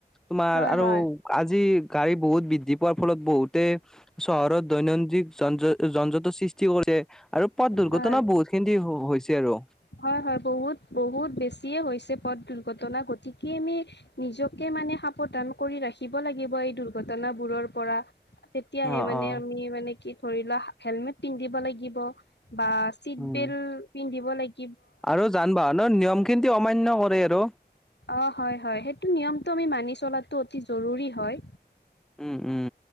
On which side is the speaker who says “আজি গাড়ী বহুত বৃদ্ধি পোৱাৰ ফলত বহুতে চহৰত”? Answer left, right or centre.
Centre